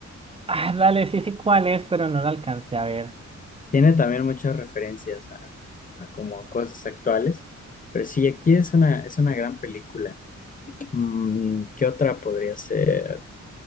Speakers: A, on the right (about 20°); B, on the left (about 25°).
A: Ah, dale, sí, sí, cuál es, pero no la alcancé a ver.
B: Tiene también muchas referencias a, a como cosas actuales, pero sí, Akira es una, es una gran película. Mm, ¿qué otra podría ser?